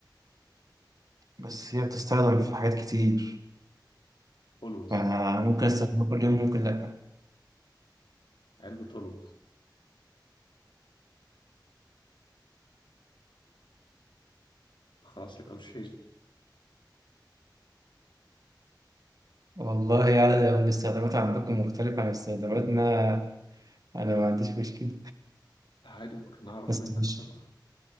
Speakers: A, on the right; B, on the left.
A: بس هي بتستخدم في حاجات كتير
B: ألوز
A: فأنا ممكن استخدمها كل يوم ممكن لأ
B: علبة ألوز خلاص يبقى مش هي
A: والله يعني لو الاستخدامات عندكم مختلفة عن استخداماتنا أنا ما عنديش مشكلة
B: عادي ممكن أعرف
A: بس
B: منك
A: مش
B: برضه